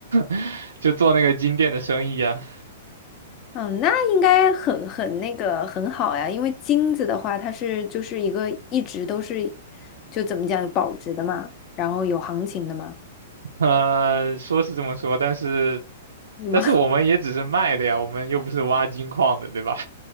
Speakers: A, on the right (about 75°); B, on the left (about 35°).
A: <laughs> 就做那个金店的生意啊，
B: 嗯，那应该很很那个很好呀，因为金子的话，它是就是一个一直都是就怎么讲有保值的嘛，然后有行情的嘛，
A: 呃，说是这么说，但是
B: 对吗？
A: 但是我们也只是卖的呀，
B: <laughs>
A: 我们又不是挖金矿的，对吧？